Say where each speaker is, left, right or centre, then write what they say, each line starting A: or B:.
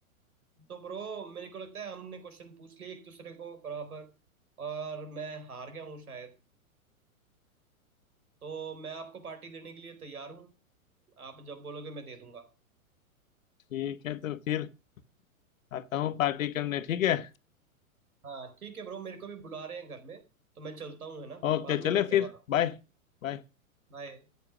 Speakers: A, on the right; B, on the left.
A: तो ब्रो मेरे को लगता है हमने क्वेश्चन पूछ लिए एक दूसरे को बराबर और मैं हार गया हूँ शायद तो मैं आपको पार्टी देने के लिए तैयार हूँ आप जब बोलोगे मैं दे दूंगा
B: ठीक है तो फिर आता हूँ पार्टी करने ठीक है
A: हाँ ठीक है ब्रो मेरे को भी बुला रहे हैं घर में तो मैं चलता हूँ है ना
B: ओके
A: बाद में
B: चले
A: करते
B: फिर
A: हैं बात
B: बाय बाय
A: बाय